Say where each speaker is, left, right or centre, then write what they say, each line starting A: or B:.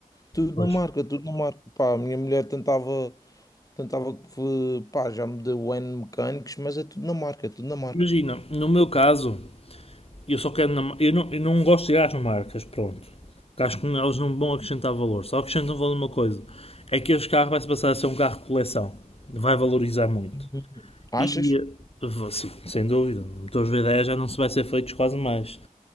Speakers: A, on the left; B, on the left.
A: Tudo
B: Pois.
A: na marca, tudo na marca. Pá, a minha mulher tentava, tentava que, pá, já me deu N mecânicos, mas é tudo na marca, é tudo na marca.
B: Imagina, no meu caso, eu só quero. na eu, não, eu não gosto de ir às marcas, pronto. Porque acho que elas não vão acrescentar valor. Só acrescentam valor uma coisa: é que este carro vai se passar a ser um carro de coleção. Vai valorizar muito.
A: Uhum. Achas?
B: E eh, sim, sem dúvida, motores V10 já não se vai ser feitos quase mais.